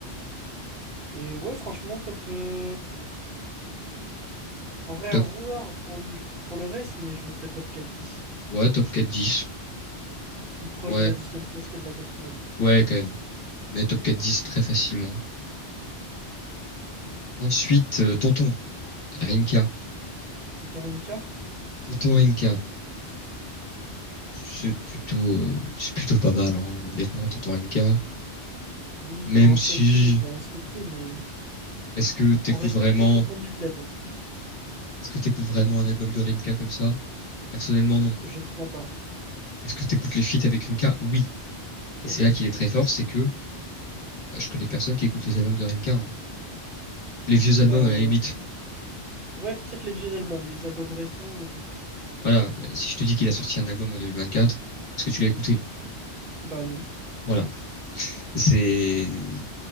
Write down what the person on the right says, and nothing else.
Et ouais, franchement, top, euh, en vrai,
à voir pour le, pour le reste, mais je mettrais top quatre dix.
Plus proche
de la dixième place que de la quatrième.
Tonton Rimka?
Oui,
pour l'ancienneté,
on va respecter, mais
on respecte
pour Tonton du Bled.
Je ne crois pas.
Oui,
bah
ouais, peut-être les vieux albums, les albums récents, euh, bon,
bah non.